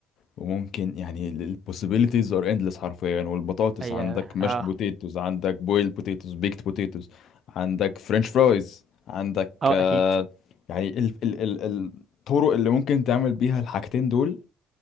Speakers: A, on the left (about 65°); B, on the right (about 45°).
A: وممكن يعني ال possibilities are endless حرفيا يعني والبطاطس
B: ايوه
A: عندك mashed
B: اه
A: potatoes عندك boiled potatoes baked potatoes عندك French fries عندك
B: اه
A: آه،
B: اكيد
A: يعني ال... ال... ال... الطرق اللي ممكن تعمل بيها الحاجتين دول